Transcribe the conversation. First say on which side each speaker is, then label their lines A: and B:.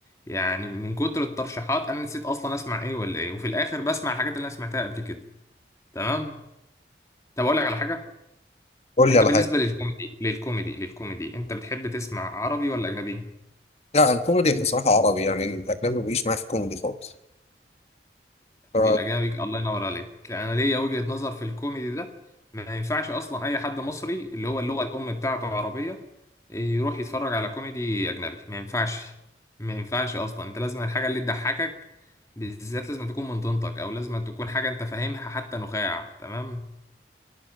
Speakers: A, on the left (about 15°); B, on the left (about 35°).
A: يعني من كتر الترشيحات انا نسيت اصلا اسمع ايه ولا ايه وفي الاخر بسمع الحاجات اللي انا سمعتها قبل كده تمام طب اقول لك على حاجه
B: قول
A: انت
B: لي على
A: بالنسبه
B: حاجه
A: للكوميدي للكوميدي للكوميدي انت بتحب تسمع عربي ولا اجنبي
B: لا الكوميدي بصراحة عربي يعني الأجنبي ما بيجيش معايا في الكوميدي خالص ف...
A: الاجنبي الله ينور عليك انا ليا وجهة نظر في الكوميدي ده ما ينفعش اصلا اي حد مصري اللي هو اللغة الام بتاعته عربية يروح يتفرج على كوميدي اجنبي ما ينفعش ما ينفعش اصلا انت لازم الحاجة اللي تضحكك بالذات لازم تكون من طينتك او لازم تكون حاجة انت فاهمها حتى نخاع تمام